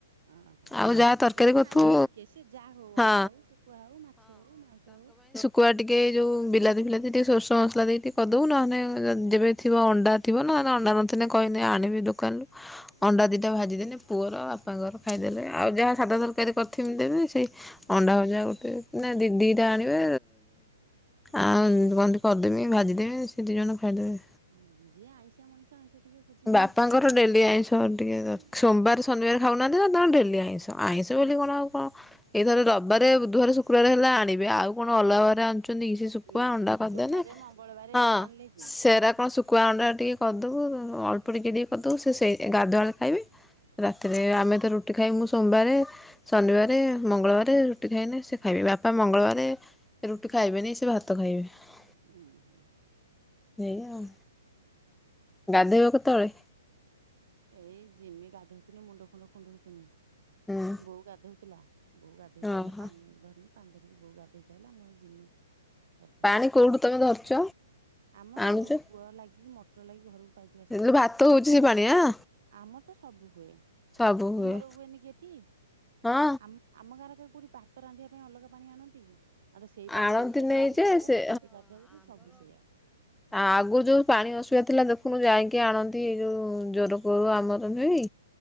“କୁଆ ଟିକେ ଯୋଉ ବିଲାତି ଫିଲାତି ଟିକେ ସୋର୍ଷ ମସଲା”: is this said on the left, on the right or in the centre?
Centre